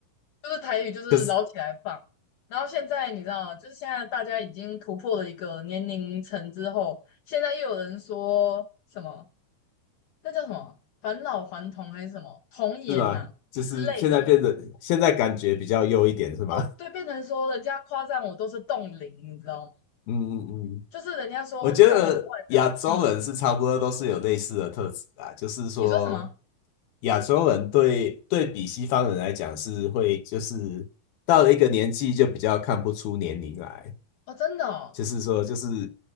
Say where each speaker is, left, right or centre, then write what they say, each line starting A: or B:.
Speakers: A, on the left; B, on the left.
A: 就是台语就是捞起来放。
B: 可是。
A: 然后现在你知道，就是现在大家已经突破了一个年龄层之后，现在又有人说什么那叫什么返老还童还是什么童颜呐、
B: 是吗？就是现在变得，
A: 之类的
B: 现在感觉比较优一点，是吗？
A: 哦，对，
B: <laughs>
A: 变成说人家夸赞我都是冻龄，你知道吗？
B: 嗯嗯嗯，
A: 就是人家说看我的外表，
B: 我觉得亚洲人是差不多都是有类似的特质啊，
A: 嗯，
B: 就是说
A: 你说什么？
B: 亚洲人对对比西方人来讲是会，就是到了一个年纪就比较看不出年龄来，
A: 哦，真的哦，
B: 就是说就是